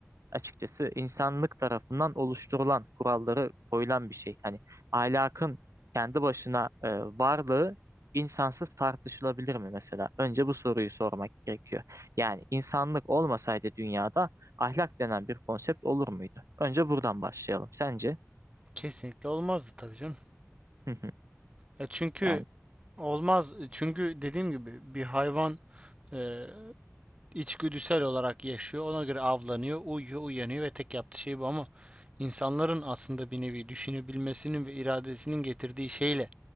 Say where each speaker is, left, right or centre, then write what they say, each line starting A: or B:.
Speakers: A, on the right; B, on the right.
A: açıkçası insanlık tarafından oluşturulan kuralları koyulan bir şey. Hani ahlakın kendi başına e, varlığı insansız tartışılabilir mi mesela? Önce bu soruyu sormak gerekiyor. Yani insanlık olmasaydı dünyada ahlak denen bir konsept olur muydu? Önce buradan başlayalım. Sence?
B: Kesinlikle olmazdı tabii canım.
A: Hı hı.
B: Ya çünkü
A: Yani
B: olmaz. Çünkü dediğim gibi bir hayvan e, içgüdüsel olarak yaşıyor. Ona göre avlanıyor, uyuyor, uyanıyor ve tek yaptığı şey bu ama insanların aslında bir nevi düşünebilmesinin ve iradesinin getirdiği şeyle